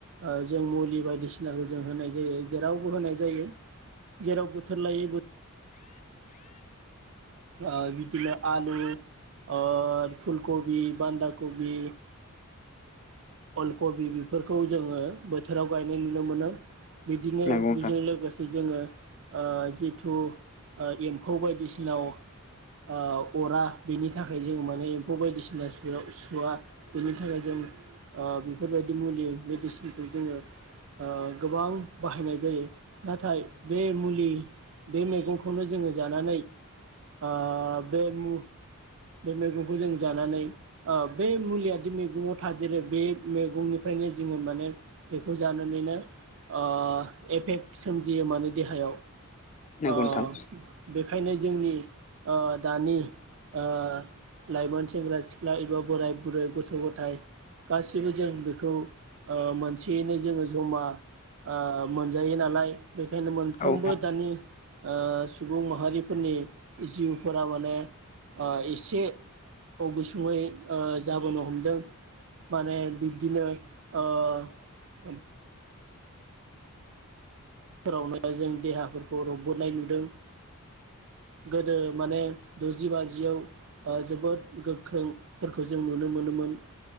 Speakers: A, on the right; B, on the left.
A: ओ जों मुलि बायदिसिनाखौ जों होनाय जायो जेरावबो होनाय जायो जेराव बोथोर लायै बोथ ओ बिदिनो आलु ओ फुलकबि, बान्दा कबि अलकबि बेफोरखौ जोङो बोथोराव गायनाय नुनो मोनो। बिदिनो
B: नंगौ नोंथां
A: बेजों लोगोसे जोङो ओ जिथु ओ एम्फौ बायदिसिनाव ओ अरा बेनि थाखाय जों माने एम्फौ बायदिसिना सोआव सुवा बेनि थाखाय जों ओ बेफोरबायदि मुलि मेडिसिनखौ जोङो ओ गोबां बाहायनाय जायो नाथाय बे मुलि बे मैगंखौनो जोङो जानानै ओ बे मु बे मैगंखौ जों जानानै आब बे मुलियादि मैगङाव थादेरो बे मैगंनिफ्रायनो जोङो माने बेखौ जानानैनो ओ एफेक्ट सोमजियो माने देहायाव
B: नंगौ
A: ओब
B: नोंथां
A: बेखायनो जोंनि ओ दानि ओ लाइमोन सेंग्रा सिख्ला एबा बोराय बुरै गथ' गथाय गासिबो जों बेखौ ओ मोनसेयैनो जोङो जमा ओ मोनजायो नालाय बेख खायनो मोनफ्रोमबो
B: औ नोंथां
A: दानि ओ सुबुं माहारिफोरनि जिउफोरा माने ओ एसे औ गुसुङै ओ जाबोनो हमदों माने बिब्दिनो ओ फोरावनो जों देहाफोरखौ रबबोनाय नुदों गोदो माने द'जि बाजियाव ओ जोबोद गोख्रोंफोरखौ जों नुनो मोनोमोन।